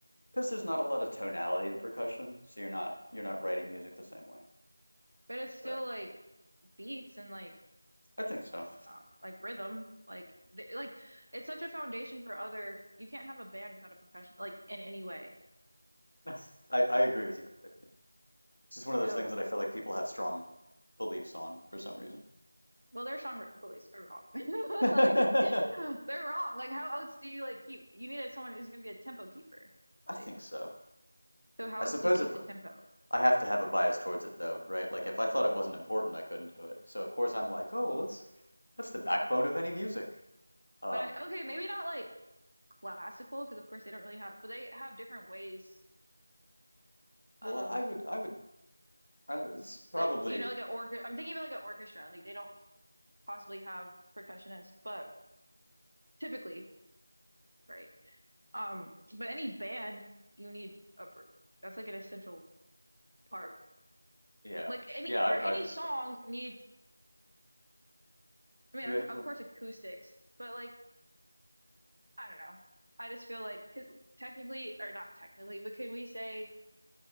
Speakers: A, on the left; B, on the right.
A: Because there's not a lot of tonality in percussion, so you're not you're not writing music the same way.
B: But it's still
A: But
B: like beats and like
A: I think so.
B: um, like rhythm like th like it's such a foundation for other you can't have a band without a percussion like in any way
A: <laughs> I, I agree with you completely. It's just one of those
B: so
A: things that I feel like people have strong beliefs on for some reason.
B: well their song police are wrong
A: <laughs> I
B: <laughs> like they're wrong like how else do you like keep you need someone who's going to be a tempo keeper
A: think
B: like,
A: so.
B: so how
A: I suppose
B: else do you keep
A: if
B: the tempo
A: I have to have a bias towards it though, right? Like if I thought it wasn't important, I couldn't do it. So of course I'm like, oh well, that's that's the backbone of any music. Um,
B: but I okay maybe not like classical because of course they don't really have but they have different ways
A: well,
B: of
A: I would, I would, I don't- know, it's probably,
B: like you know like an organ I'm thinking about like an orchestra like they don't possibly have percussionists but typically right Um, but any band, you need a per- that's like an essential part.
A: yeah,
B: Like any
A: yeah, I,
B: or
A: I
B: any
A: would think
B: song
A: so.
B: needs, I mean,
A: You would,
B: of course acoustics, but like I don't know. I just feel like because technically or not technically, but can we say,